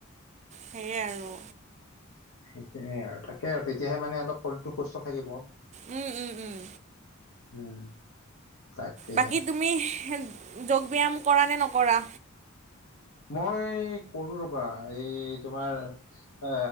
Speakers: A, on the right; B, on the left.
A: সেয়ে আৰু।
B: সেইটোৱে আৰু তাকে আৰু তেতিয়াহে মানে অলপ শৰীৰটো সুস্থ থাকিব।
A: উম উম উম।
B: উম। তাকে
A: বাকী তুমি যোগ ব্যায়াম কৰা নে নকৰা?
B: মই কৰো ৰবা এই তোমাৰ এ